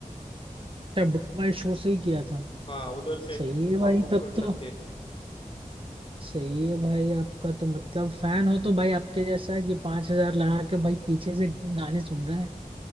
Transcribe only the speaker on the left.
हाँ उधर से
आप बुक
कर
सकते